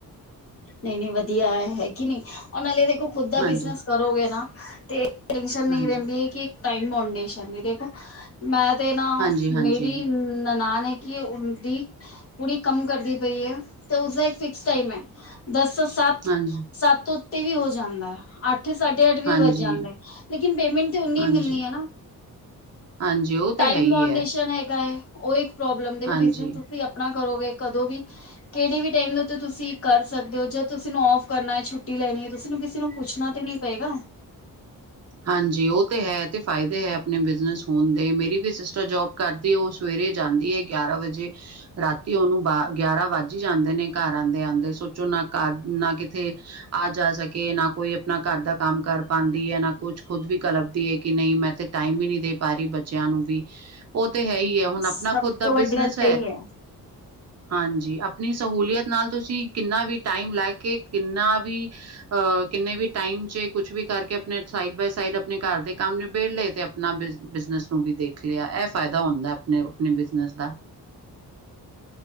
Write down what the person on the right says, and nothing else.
ਹਾਂਜੀ
ਹਾਂਜੀ
ਹਾਂਜੀ ਹਾਂਜੀ
ਹਾਂਜੀ
ਹਾਂਜੀ
ਹਾਂਜੀ
ਹਾਂਜੀ ਉਹ ਤੇ
ਹੈ ਹੀ
ਹੈ
ਹਾਂਜੀ
ਹਾਂਜੀ ਉਹ ਤੇ ਹੈ ਤੇ ਫਾਇਦੇ ਹੈ ਆਪਣੇ ਬਿਜਨਸ ਹੋਣ ਦੇ ਮੇਰੀ ਵੀ ਸਿਸਟਰ ਜੋਬ ਕਰ ਤੇ ਉਹ ਸਵੇਰੇ ਜਾਂਦੀ ਹੈ ਗਿਆਰਾਂ ਵਜੇ ਰਾਤੀ ਉਹਨੂੰ ਬਾ ਗਿਆਰਾਂ ਵੱਜ ਹੀ ਜਾਂਦੇ ਨੇ ਘਰ ਆਉਂਦੇ ਆਉਂਦੇ ਸੋਚੋ ਨਾ ਘਰ ਨਾ ਕਿਥਤੇ ਆ ਜਾ ਸਕੇ ਨਾ ਕੋਈ ਆਪਣਾ ਘਰ ਦਾ ਕੰਮ ਕਰ ਪਾਉਂਦੀ ਹੈ ਨਾ ਕੁਛ ਖੁਦ ਵੀ ਕਲਪਦੀ ਹੈ ਕਿ ਨਹੀਂ ਮੈਂ ਤੇ ਟਾਈਮ ਹੀ ਨਹੀਂ ਦੇ ਪਾ ਰਹੀ ਬੱਚਿਆਂ ਨੂੰ ਵੀ ਉਹ ਤੇ ਹੈ ਹੀ ਹੈ ਹੁਣ
ਆਪਣਾ ਖੁਦ ਦਾ
ਬਿਜ਼ਨਸ
ਹਾਂਜੀ ਆਪਣੀ ਸਹੂਲੀਅਤ ਨਾਲ ਤੁਸੀਂ ਕਿੰਨਾ ਵੀ ਟਾਈਮ ਲੈ ਕੇ ਕਿੰਨਾ ਵੀ ਅਹ ਕਿੰਨੇ ਵੀ ਟਾਈਮ ਚ ਕੁਛ ਵੀ ਕਰਕੇ ਆਪਣੇ ਸਾਈਡ ਬਾਏ ਸਾਈਡ ਆਪਣੇ ਘਰ ਦੇ ਕੰਮ ਨ ਬੇੜ ਲਏ ਤੇ ਆਪਣਾ ਬਿਜਨਸ ਨੂੰ ਵੀ ਦੇਖ ਲਿਆ ਇਹ ਫਾਇਦਾ ਹੁੰਦਾ ਆਪਣੇ ਆਪਣੇ ਬਿਜ਼ਨਸ ਦਾ